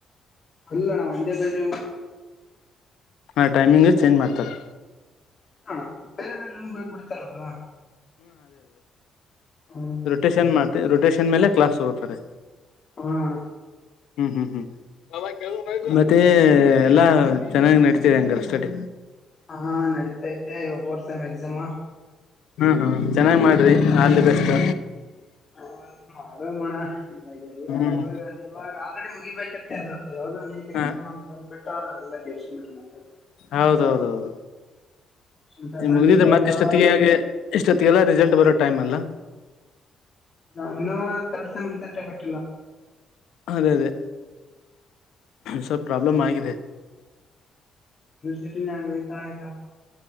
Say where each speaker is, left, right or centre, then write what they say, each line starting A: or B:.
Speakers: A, on the left; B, on the left.
A: ಇಲ್ಲಣ್ಣ ಒಂದೇ ಬಿಲ್ಡಿಂಗು
B: ಹಾ ಟೈಮಿಂಗ್ ಚೇಂಜ್ ಮಾಡ್ತಾರ್
A: ಅಣ ಬೇರೆ ಬೇರೆ ರೂಮ್ಗೋಗ್ ಬಿಡ್ತಾರ ಅವ್ರು ಹ್ಮ್
B: ರೊಟೇಶನ್ ಮಾಡ್ತೆ ರೊಟೇಶನ್ ಮೇಲೆ ಕ್ಲಾಸ್ ತಗೊತ್ತರೆ
A: ಹಅಣ
B: ಹ್ಮು ಹ್ಮು ಹ್ಮ್ ಮತ್ತೇ ಎಲ್ಲಾ ಚೆನ್ನಾಗ್ ನಡಿತಿದೆ ಹಂಗರೆ ಎಸ್ಟೇಟ್
A: ಹಾ ನಡೀತೈತೆ ಇವಾಗ್ ಫೋರ್ಸೆಮ್ ಎಕ್ಸಾಮು
B: ಹು ಚೆನ್ನಾಗ್ ಮಾಡ್ರಿ ಆಲ್ದಿ ಬೆಸ್ಟು
A: ಹ ಮಾಡುವ ಮೋಣ ಇವಾಗಲ್ಲ
B: ಹ್ಮ್
A: ಇವಾಗ ಇವಾಗ ಆಲ್ರೆಡಿ ಮುಗಿಬೇಕತ್ ಇದು ಯಾವದೋ ನೀಟ್ ಎಕ್ಸಾಮ್
B: ಹ
A: ಅಂತ ಬಂದ್ಬಿಟ್ಟು ಎಲ್ಲಾ ಕೆಡ್ಸಿಬಿಟ್ರು ಮತ್ತ
B: ಹೌದೌದೌದು
A: ಶಂಕರ್ಪಡ್
B: ಇನ್ ಮುಗ್ದಿದ್ರೆ
A: ಲೀಕ್ ಆಗ್ಯಾವ
B: ಮತ್ತೆ ಇಷ್ಟೊತ್ತಿಗೆ ಹಾಗೆ ಇಷ್ಟೊತ್ತಿಗೆಲ್ಲ ರಿಸಲ್ಟ್ ಬರೋ ಟೈಮ್ ಅಲ್ಲ
A: ನಾ ಇನ್ನೂ ತರ್ಡ್ ಸೆಮ್ ರಿಸಲ್ಟ್ ಬಿಟ್
B: ಅದೇ ಅದೇ ಸ್ವಲ್ಪ್ ಪ್ರಾಕ್ ಬ್ಲಮ್ ಆಗಿದೆ
A: ಇನಿಸಿಟಿವ್ ಹಂಗೈತನ ಇಲ್ಲಾ